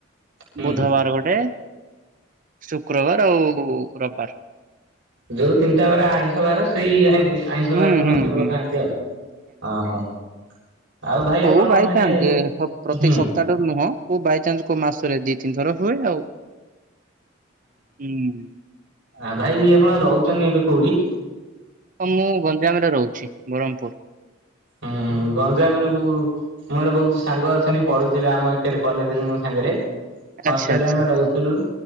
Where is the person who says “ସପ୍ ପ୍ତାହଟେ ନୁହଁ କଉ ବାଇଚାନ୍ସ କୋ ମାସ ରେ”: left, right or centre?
Right